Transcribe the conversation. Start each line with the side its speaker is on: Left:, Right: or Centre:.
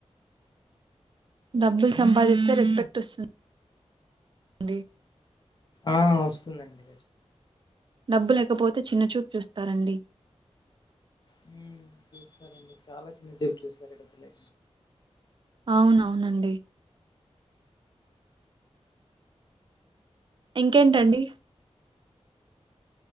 Right: డబ్బులు సంపాదిస్తే రెస్పెక్ట్ వస్తుంది
Left: ఆ వస్తుందండి
Right: డబ్బు లేకపోతే చిన్నచూపు చూస్తారండి
Left: హ్మ్ చూస్తారండి చాలా చిన్నచూపు చూస్తారండీ డబ్బు లే
Right: అవునవునండి ఇంకేంటండి